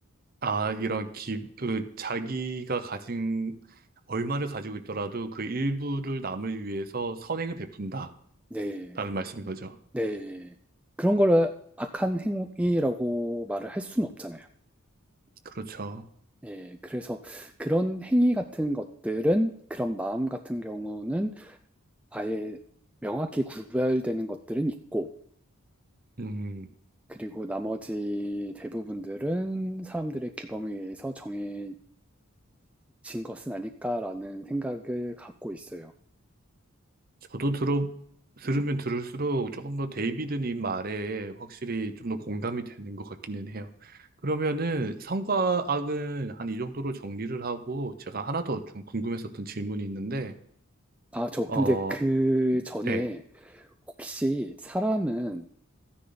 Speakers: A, on the right; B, in the centre.
A: 아, 이런 기, 그 자기가 가진 얼마를 가지고 있더라도 그 일부를 남을 위해서 선행을 베푼다라는
B: 네,
A: 말씀인 거죠.
B: 네. 그런 거를 악한 행위라고 말을 할 수는 없잖아요.
A: 그렇죠.
B: 예, 그래서 그런 행위 같은 것들은 그런 마음 같은 경우는 아예 명확히 구별되는 것들은 있고,
A: 음.
B: 그리고 나머지 대부분들은 사람들의 규범에 의해서 정해진 것은 아닐까라는 생각을 갖고 있어요.
A: 저도 들어 들으면 들을수록 조금 더 데이비드님 말에 확실히 좀 더 공감이 되는 것 같기는 해요. 그러면은 성과 악은 한 이 정도로 정리를 하고 제가 하나 더 좀 궁금했었던 질문이 있는데
B: 아, 저 근데
A: 어
B: 그 전에
A: 네.
B: 혹시 사람은